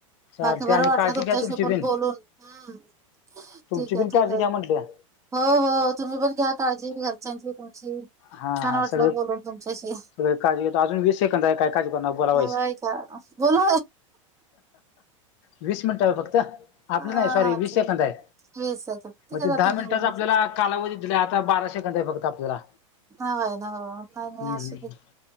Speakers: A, on the left; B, on the right.
A: चालतंय
B: बाकी बरं
A: आणि
B: वाटलं,
A: काळजी
B: तुमच्याशी
A: घ्या तुमची
B: पण
A: बिन
B: बोलून. हम्म.
A: तुमची
B: ठीक
A: बिन
B: आहे, ठीक
A: काळजी
B: आहे.
A: घ्या म्हटलं
B: हो हो, तुम्ही पण घ्या काळजी घरच्यांची, तुमची.
A: हा
B: छान
A: हा
B: वाटलं
A: सगळे
B: बोलून तुमच्याशी.
A: सगळे काळजी घेतो अजून वीस सेकंद आहे काय काळजी करणार बोलावायच
B: होय काय? बोलू
A: वीस मिनिट हाय फक्त. आपलं
B: हा
A: नाही सॉरी
B: अच्छा
A: वीस सेकंद आहे,
B: वीस सेकंद
A: मग
B: काय
A: ते
B: जातील
A: दहा
B: निघून
A: मिनिटाचा
B: असे
A: आपल्याला कालावधी दिलाय. आता बारा सेकंद फक्त आपल्याला.
B: ना ना काय
A: हम्म,
B: नाही असू
A: हम्म.
B: दे,